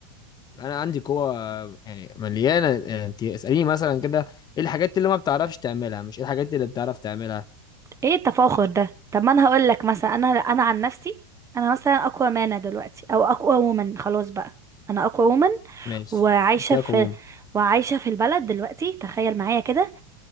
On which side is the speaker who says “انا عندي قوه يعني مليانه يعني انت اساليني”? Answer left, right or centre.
Left